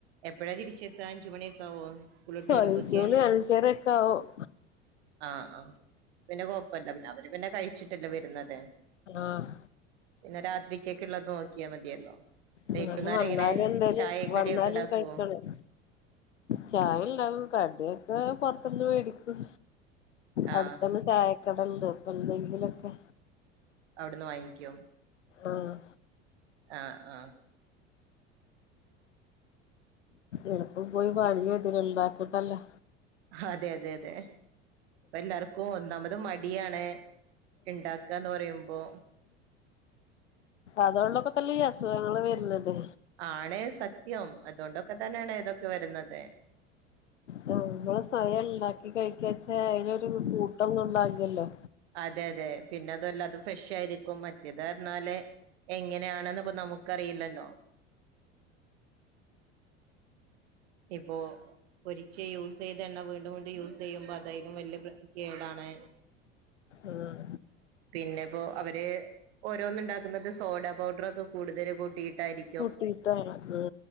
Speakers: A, on the right; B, on the left.
A: എപ്പോഴാ തിരിച്ചെത്ത അഞ്ച് മണിയൊക്ക ആവോ? സ്കൂളിട്ട് വരുമ്പോഴേക്ക്
B: അഞ്ച് മണി അഞ്ചരക്കൊ ആവും
A: ആഹ് ആ പിന്നെ കൊഴപ്പല്ല പിന്നെ അവര് പിന്നെ കഴിച്ചിട്ടല്ലേ വരുന്നത്
B: ആഹ്
A: പിന്നെ രാത്രികേക്ക് ഉള്ളത് നോക്കിയാ മതിയല്ലോ വൈകുന്നേരം
B: എന്നാലും വന്നാലും
A: എങ്ങനെ
B: എന്തേലും
A: ചായക്കടിയ
B: വന്നാലും
A: ഒക്കെ ഉണ്ടാക്കുവൊ
B: കഴിക്കണം ചായ ഉണ്ടാവും കടിയൊക്കെ പോറത്ത്ന്ന് മേടിക്കും.
A: ആ
B: അടുത്തന്നെ ചായക്കട ഉണ്ട് അപ്പൊ എന്തെങ്കിലുമൊക്കെ
A: അവിടുന്ന് വാങ്ങിക്കും
B: ആഹ്
A: ആഹ് ആഹ്
B: എളുപ്പം പോയി വങ്ങിയാ മതിയല്ലോ ഉണ്ടാക്കണ്ടല്ലോ
A: അതെ അതെ അതെ എല്ലാർക്കും ഒന്നാമത് മടിയാണ് ഉണ്ടാക്കാ എന്ന് പറയുമ്പോ
B: അതോണ്ടൊക്കെ തന്നെ ഈ അസുഖങ്ങള് വരുന്നത്
A: ആണേ സത്യം. അതുകൊണ്ടൊക്കെ തന്നെയാണ് ഇതൊക്കെ വരുന്നത്.
B: ആ നമ്മള് സ്വയം ഉണ്ടാക്കി കഴിക്കാച്ചാൽ അതിലൊരു കൂട്ടം ന്നും ടള്ളാല്ലോ.
A: അതെ അതെ പിന്നെ അതും അല്ലാ അത് ഫ്രഷ് ആയിരിക്കും. മറ്റേത് പറഞ്ഞാല് എങ്ങനെയണെന്ന് പ്പൊ നമുക്കറിയില്ലല്ലോ ഇപ്പോ ഒരിക്കെ യൂസ് ചെയ്ത അല്ല വീണ്ടും വിണ്ടും യൂസ് ചെയ്യുമ്പോ അത് അയിലും വല്യ പ്ര കേടാണ്
B: ആഹ്
A: പിന്നെപ്പോ അവര് ഓരോന്ന് ഉണ്ടാക്കുന്നത് സോഡാ പൗഡറോക്കെ കൂടുതൽ കൂട്ടിയിട്ടായിരി
B: കൂട്ടിയിട്ടാണ് ആഹ്